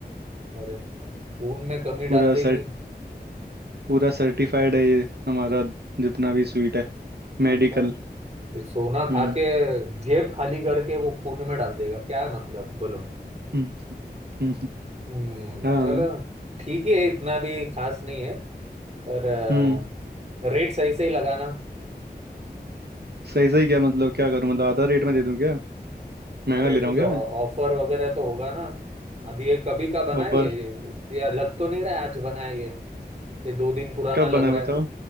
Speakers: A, on the right; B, on the right.
A: अरे खून में कमी डाल
B: पूरा
A: देगी
B: सर पूरा सर्टिफाइड है ये हमारा जितना भी स्वीट है
A: अच्छा
B: मेडिकल
A: ये सोना खा
B: हम्म
A: के जेब खाली करके वो खून में डाल देगा क्या मतलब बोलो
B: हम्म हम्म, हम्म,
A: हम्म
B: हाँ
A: चलो ठीक ही है इतना भी खास नहीं है पर अ,
B: हम्म
A: रेट सही से ही लगाना
B: सही सही क्या मतलब क्या करूं मतलब आधा रेट में दे दूं क्या महंगा
A: अरे
B: ले रहा
A: कुछ
B: हूँ
A: ऑफर
B: क्या मैं
A: वगैरह तो होगा ना अभी ये कभी का बना
B: ऑफर
A: है ये ये लग तो नहीं रहा है आज बना है ये ये दो दिन पुराना
B: कब
A: लग
B: बना
A: रहा
B: है बताओ
A: है